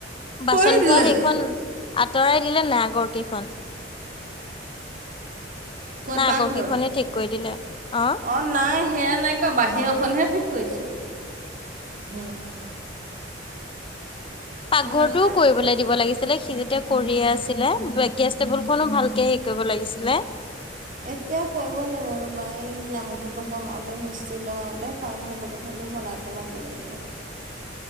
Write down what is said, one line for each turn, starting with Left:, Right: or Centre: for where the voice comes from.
Left: বাচন
Right: কৰি দিলে
Left: থোৱা সেইখন আঁতৰাই দিলে নাই আগৰ কেইখন।
Right: ক'ত
Left: নাই
Right: পাকঘৰত?
Left: আগৰ কেইখনে ঠিক কৰি দিলে, অ
Right: অঁ নাই সেয়া নাই কৰা বাহিৰখনহে ঠিক কৰিছে সেইয়া।
Left: পাকঘৰটোও
Right: নালা
Left: কৰিবলৈ দিব লাগিছিলে। ছিলে সি যেতিয়া কৰিয়ে আছিলে গেছ টেবুল খনো ভালকে হেৰি কৰিব লাগিছিলে।
Right: এতিয়া কৰিব লাগিব ৰ'বা এই নামঘৰটো বনাওঁতে মিস্ত্ৰী লগাওঁতে পাকঘৰ দুপোঠালি বনাইওঁ। বনাব লাগিব।